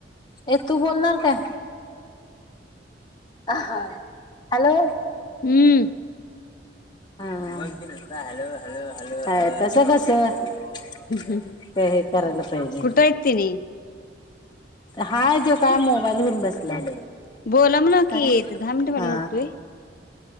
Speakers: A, on the left; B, on the left.
A: ये तू बोलणार का? हॅलो...
B: हूं.
A: हा.. हा.. बोल. की... नुसता हॅलो.. हॅलो.. हा.. हा.. <inaudible> तस कस का
B: कुठं
A: हे करायला पाहिजे.
B: आहेत तिने
A: हाय, तो काय मोबाईल घेऊन बसलाय.
B: बोला मनाव
A: काय
B: कि ते दहा मिनिट होयला
A: हा
B: नको होय.